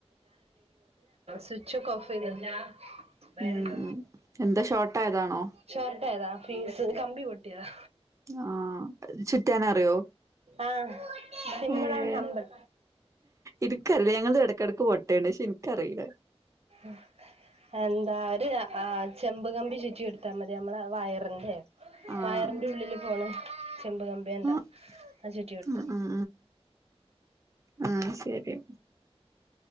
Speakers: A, on the right; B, on the right.
A: സ്വിച്ച് ഒക്കെ ഓഫ് ചെയ്ത്
B: ഉം എന്താ ഷോർട്ടായതാണോ
A: ഷോട്ടേജാ ഫീസ് കമ്പി പൊട്ടിയതാ
B: ആഹ് ചുറ്റാനറിയോ
A: ആഹ് സിമ്പിൾ
B: ഏഹ്
A: ആൻഡ് ഹമ്പിൾ
B: ഇത്ക്കല്ല ഞങ്ങൾത് ഇടക്കിടയ്ക്ക് പൊട്ടണ്ട് പക്ഷെ എനിക്കറിയില്ല
A: ആഹ് എന്താ ഒരു ആഹ് ചെമ്പുകമ്പി ചുറ്റി എടുത്താൽ മതി നമ്മള വയറിന്റെ
B: ആഹ്
A: വയറി ഉള്ളില് പോണ് ചെമ്പ് കമ്പിയേ ഉണ്ടാ
B: ആഹ്
A: അത് ചുറ്റി കൊടുത്താ
B: ഉം
A: മതി
B: ഉം ഉം ശരിയാ